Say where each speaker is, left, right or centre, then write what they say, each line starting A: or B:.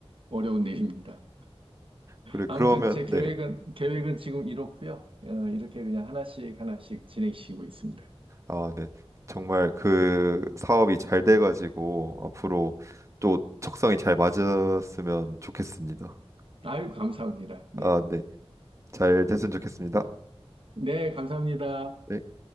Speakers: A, on the right; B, on the right.
A: 어려운 일입니다.
B: 그래
A: 아무튼
B: 그러면
A: 제
B: 네.
A: 계획은, 계획은 지금 이렇고요. 어, 이렇게 그냥 하나씩 하나씩 진행시키고 있습니다.
B: 아, 네. 정말 그 사업이 잘 돼 가지고 앞으로 또 적성이 잘 맞았으면 좋겠습니다.
A: 아유, 감사합니다. 네.
B: 아, 네. 잘 됐으면 좋겠습니다.
A: 네, 감사합니다.
B: 네.